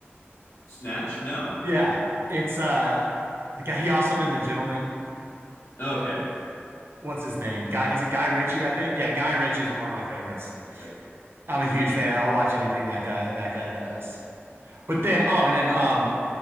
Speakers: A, on the left; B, on the right.
A: Snatch? No.
B: Yeah, it's uh the guy. He also did The Gentleman.
A: Okay.
B: What's his name? Guy is it Guy Ritchie? I think. Yeah, Guy Ritchie's one of my favorites.
A: Right.
B: I'm a huge fan. I'll watch anything that guy that guy does. But then, oh, and then um